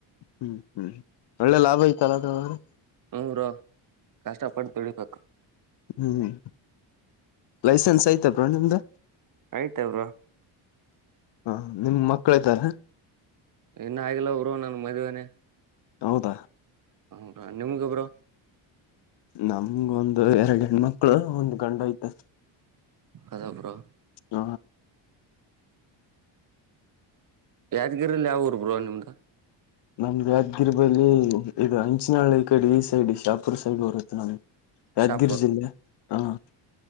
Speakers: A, on the left; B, on the right.
A: ಹ್ಮ್ ಹ್ಮ್ ಒಳ್ಳೆ ಲಾಭ ಐ ತಲೋದನ
B: ಹೂ ಬ್ರೋ <unintelligible> ಕಷ್ಟಪಟ್ ದುಡಿಬೇಕ್
A: ಹ್ಮ್ ಲೈಸೆನ್ಸ್ ಐತೆ ಬ್ರೋ ನಿಮ್ದು
B: ಐತೆ ಬ್ರೋ
A: ಹ ನಿಮ್ಗ್ ಮಕ್ಳ ಇದರ
B: ಇನ್ನ ಆಗಿಲ್ಲ ಬ್ರೋ ನನ್ ಮದ್ವೆೇನೆ.
A: ಹೌದ
B: ಹೌದ ನಿಮುಗ ಬ್ರೋ
A: ನಮ್ಗ ಒಂದು ಎರಡ್ ಹೆಣ್ ಮಕ್ಳು ಒಂದ್ ಗಂಡು ಐತೆ.
B: ಹೌದ ಬ್ರೋ
A: ಹ
B: ಯಾದ್ಗಿರಿಲ್ಲಿ ಯಾವ್ ಊರ್ ಬ್ರೋ ನಿಮ್ದು.
A: ನಮ್ ಯಾದ್ಗೀರ್ ಬಲ್ಲಿ ಇದು ಅಂಚಿನಳ್ ಈ ಕಡೆ ಈ ಸೈಡ್ ಶಾಪುರ್ ಸೈಡ್ ಬರುತ್ತೆ ನಮ್ದ್ ಯಾದ್ಗೀರ್
B: ಶಾಪುರ್
A: ಜಿಲ್ಲೆ ಹಾ